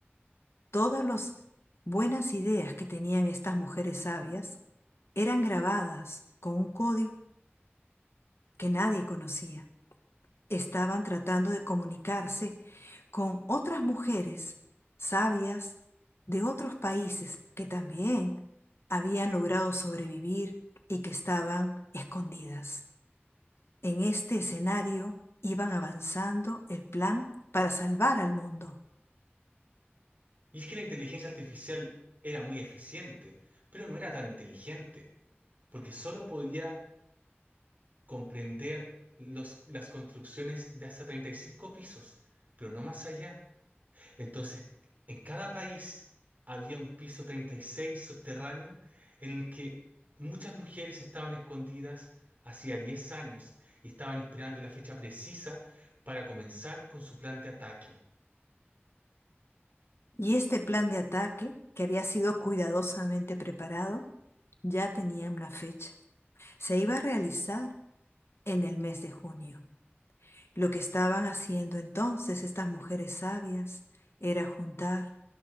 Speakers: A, on the left (about 75°); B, on the right (about 40°).
A: Todas las buenas ideas que tenían estas mujeres sabias eran grabadas con un código que nadie conocía. Estaban tratando de comunicarse con otras mujeres sabias de otros países que también habían logrado sobrevivir y que estaban escondidas. En este escenario iban avanzando el plan para salvar al mundo.
B: Y es que la inteligencia artificial era muy eficiente, pero no era tan inteligente, porque solo podía comprender los, las construcciones de hasta 35 pisos, pero no más allá. Entonces, en cada país había un piso 36 subterráneo en el que muchas mujeres estaban escondidas hacía 10 años y estaban esperando la fecha precisa para comenzar con su plan de ataque.
A: Y este plan de ataque, que había sido cuidadosamente preparado, ya tenía una fecha. Se iba a realizar en el mes de junio. Lo que estaban haciendo entonces estas mujeres sabias era juntar